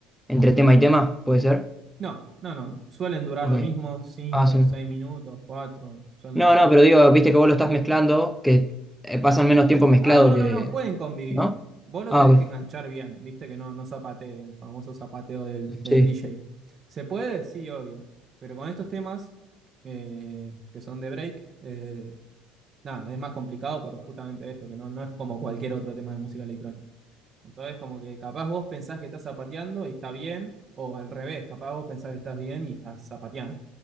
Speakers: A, in the centre; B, on the right.
A: entre tema y tema, ¿puede ser?
B: No, no, no. Suelen durar
A: Ok.
B: lo mismo, cinco,
A: Ah, sí.
B: 6 minutos, cuatro. suelen
A: No,
B: durar
A: no,
B: eso.
A: pero digo, viste que vos lo estás mezclando, que eh, pasan menos tiempo mezclado
B: Ah, no,
A: que,
B: no, no, pueden convivir.
A: ¿no?
B: Vos lo
A: Ah,
B: tenés
A: ok.
B: que enganchar bien, viste que no, no zapatee, el famoso zapateo del, del
A: Sí,
B: DJ. ¿Se puede? Sí, obvio. Pero con estos temas eh, que son de break, eh, nada, es más complicado por justamente esto, que no, no es como cualquier otro tema de música electrónica. Entonces, como que capaz vos pensás que estás zapateando y está bien, o al revés, capaz vos pensás que estás bien y estás zapateando.